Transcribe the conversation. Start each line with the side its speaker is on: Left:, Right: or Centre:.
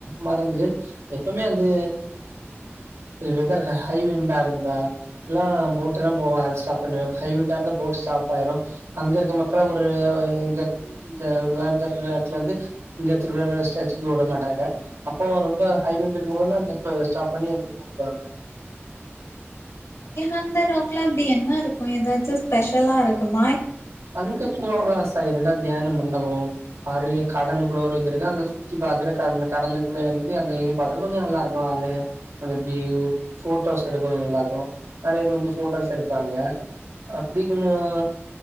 Right: மறந்து எப்பவுமே <unintelligible> வந்து வச்ச ஹண்டா இருந்தா எல்லாம் போட் எல்லாம் போகா <unintelligible> ஹைவிண்டா இருந்தா போர் ஸ்டாப் ஆயிரும் அங்க இருக்க மக்கள ஒரு எங்க இந்த வேந்தர் வந்து இங்க திருடர் ஸ்டச்சுக்கு விட மாட்டாங்க இப்ப ரொம்ப ஹைவண்ட் இருக்கும் போதுதான் இப்ப ஸ்டாப் பண்ணி அங்க இங்கயும் விட்டுருவாங்க
Left: அந்த ராக் எலாம் அப்டி என்ன இருக்கும் ஏதாச்சும் ஸ்பெஷலா இருக்குமா
Right: அங்க சும்மா ஒரு சாய் என்னடா தியானம் பண் ஓ பாரிலி கடலு குலோரேஜ் தான் இருக்கு அங்க சுத்தி பாக்குற கட கடலுக்குள்ள இருந்து அங்க இங்கயும் பாக்குற கொஞ்சம் நல்லா இருக்கும் அல அலைக்கு போட்டோஸ் எடுக்கும் நல்லாக்கும் நெறய வந்து போட்டோஸ் எடுப்பாங்க அப்டி கொஞ்சம்